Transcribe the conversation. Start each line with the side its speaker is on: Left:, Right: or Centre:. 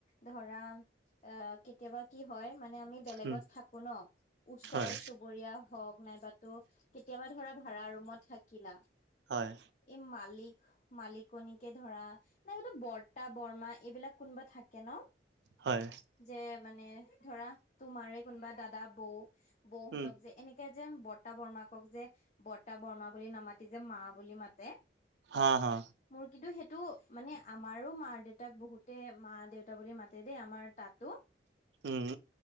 Left: ধৰা আ কি কেতিয়াবা কি হয় মানে আমি বেলেগত
Right: উম,
Left: থাকো ন ওচৰ
Right: হয়,
Left: চু বুৰীয়া হওক নাইবাতো কেতিয়াবা ধৰা ভাড়া ৰুমত থাকিলা।
Right: হয়।
Left: এই মালিক মালিকনীকে ধৰা নাইতো বৰ্তা বৰ্মা এইবিলাক কোনোবা থাকে ন।
Right: হয়।
Left: যে মানে ধৰা তোমাৰে কোনোবা দাদা বৌ- বৌহঁতক
Right: উম,
Left: যে এনেকে যে বৰতা বৰ্মাকক যে বৰ্তা বৰ্মা বুলি নামাতি যে মা বুলি মাতে।
Right: হা হা।
Left: মোৰ কিন্তু সেইটো মানে আমাৰো মা দেউতাক বহুতে মা দেউতা বুলি মাতে দেই আমাৰ তাতো
Right: উম।